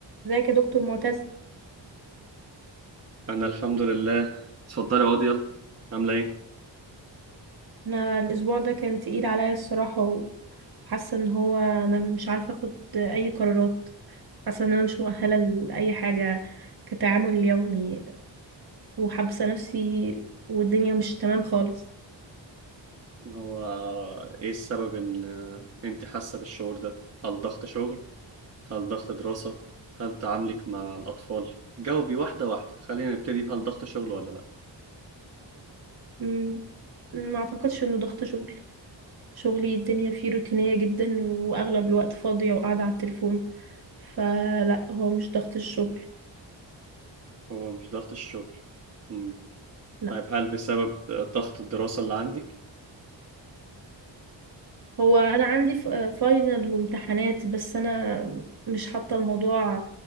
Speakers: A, on the right; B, on the right.
A: ازيك يا دكتور معتز
B: انا الحمد لله اتفضلي اقعدي يلا عامله ايه
A: انا الاسبوع ده كان تقيل عليا الصراحه وحاسه ان هو انا مش عارفه اخد اي قرارات حاسه ان انا مش مؤهله لاي حاجه كتعامل يومي وحابسه نفسي والدنيا مش تمام خالص
B: هو ايه السبب ان انت حاسه بالشعور ده هل ضغط شغل هل ضغط دراسه هل تعاملك مع الاطفال جاوبي واحده واحده خلينا نبتدي بهل ضغط شغل ولا لا
A: مم، ما اعتقدش انه ضغط شغل شغلي الدنيا فيه روتينيه جدا واغلب الوقت فاضيه وقاعده على التليفون فلا هو مش ضغط الشغل
B: هو مش ضغط الشغل امم
A: لا
B: طيب هل بسبب ضغط الدراسه اللي عندك
A: هو انا عندي ف- فاينل وامتحانات بس انا مش حاطه الموضوع